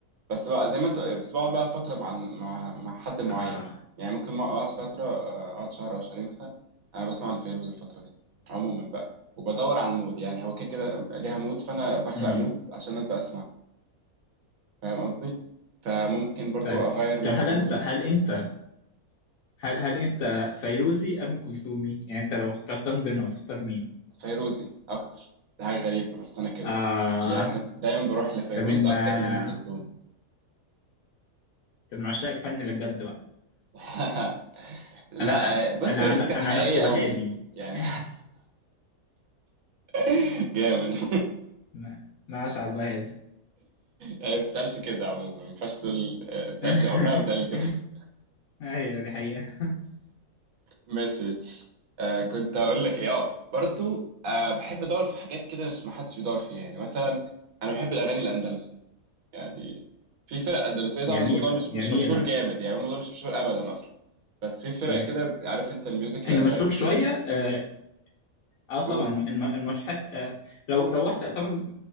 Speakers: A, on the right; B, on the left.
A: بس بقى زي ما انت بس بقعد بقى فتره مع الم... مع مع حد معين
B: آه.
A: يعني ممكن ما اقعد فتره آه، اقعد شهر او شهرين مثلا انا بسمع لفيروز الفتره دي عموما بقى وبدور على المود يعني هو كده كده ليها مود فانا بخلق
B: مم.
A: مود عشان ابدا اسمع فاهم قصدي فممكن برضو
B: طيب
A: اغير من
B: طب
A: فيروز
B: هل انت هل انت هل هل انت فيروزي ام كلثومي يعني انت لو اخترتان بينهم تختار مين
A: فيروزي اكتر دي حاجه غريبه بس انا كده
B: آه
A: يعني دايما بروح لفيروز
B: ده من
A: اكتر
B: آه
A: من ام كلثوم
B: ده من عشاق الفن اللي بجد بقى
A: <laughs> لا
B: انا آه،
A: بص
B: انا
A: فيروز
B: عن- انا
A: كانت حقيقيه
B: عن نفسي وهابي
A: قوي يعني
B: <laughs>
A: <laughs> جامد
B: ما ما اشعب وهاب
A: هي ما بتتقالش كده عموما ما ينفعش تقول ما بتتقالش
B: <laughs>
A: عمرها ما بتتقال كده <laughs>
B: ايوه دي حقيقة
A: ماشي آه كنت هقول لك ايه اه برضو آه بحب ادور في حاجات كده مش ما حدش بيدور فيها يعني مثلا انا بحب الاغاني الاندلسي يعني في فرق دراسية طبعا
B: جميلة
A: الموضوع مش
B: جميلة
A: مش مشهور جامد يعني الموضوع مش مشهور أبدا أصلا بس في فرق
B: إيه.
A: كده عارف أنت الميوزك الأندلسي
B: اللي مشهور شوية آه، اه طبعا
A: قول
B: الم- المشهد آه لو لو رحت طبعا